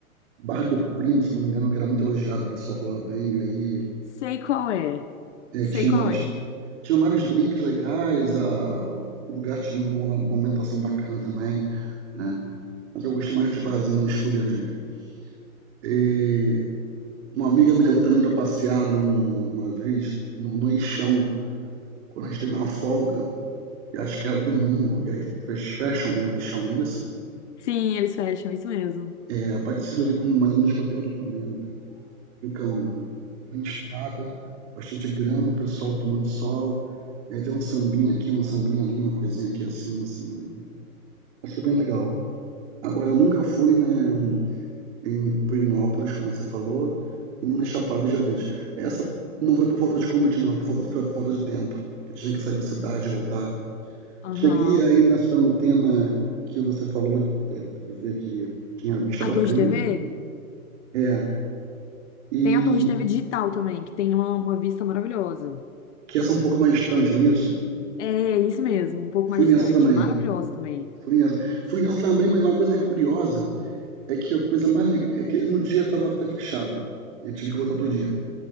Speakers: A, on the right (about 50°); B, on the left (about 55°).
A: Bar do Primo, se não me engano, que era muito elogiado, o pessoal falava bem. Aí
B: Sei qual é,
A: é,
B: sei
A: tinham
B: qual
A: vários,
B: é.
A: tinham vários drinks legais, a, o lugar tinha uma, uma ambientação bacana também, né? Mas eu gostei mais dos barzinhos fuleiros mesmo. E uma amiga me levou também para passear num- uma vez no, no Eixão, quando a gente teve uma folga, e acho que era domingo, e aí fez fashion, né? O Eixão, não é isso?
B: Sim, eles fecham, isso mesmo.
A: é, parecido ali com mais ou menos com o terra do Flamengo, né? Fica um, uma grande estrada, bastante grama, o pessoal tomando sol, aí tem um sambinha aqui, um sambinha ali, uma coisinha aqui assim, assim. Ali. Achei bem legal. Agora, eu nunca fui né, um, em Perinópolis, como você falou, e nem na Chapada dos Veadeiros. Essa não foi por falta de convite, não, por falta, por falta de tempo, que tinha que sair da cidade e voltar.
B: Aham.
A: Cheguei aí nessa antena que você falou, é, da TV que tinha vista bacana,
B: A Torre de TV?
A: é, e
B: Tem a Torre de TV digital também, que tem uma, uma vista maravilhosa.
A: Que essa é um pouco mais distante, não é isso?
B: É, isso mesmo, um pouco mais
A: Fui
B: distante.
A: nessa também.
B: Maravilhoso também.
A: Fui nessa. Fui nessa também, mas uma coisa curiosa é que a coisa mais legal é que no dia eu tava até fechado. E eu tive que voltar outro dia.